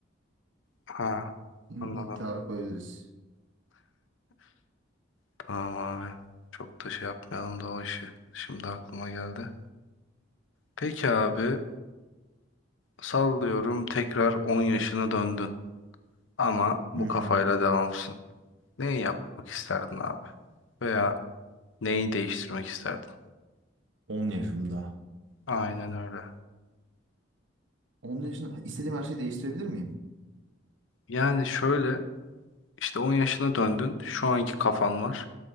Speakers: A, on the left; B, on the right.
A: Ha.
B: İn
A: Anladım.
B: intiharı koyabiliriz.
A: Tamam abi. Çok da şey yapmayalım da o işi. Şimdi aklıma geldi. Peki abi. Sallıyorum tekrar 10 yaşına döndün. Ama bu
B: Hı hı.
A: kafayla devamsın. Neyi yapmak isterdin abi? Veya neyi değiştirmek isterdin?
B: 10 yaşımda.
A: Aynen öyle.
B: 10 yaşında istediğim her şeyi değiştirebilir miyim?
A: Yani şöyle işte 10 yaşına döndün. Şu anki kafan var.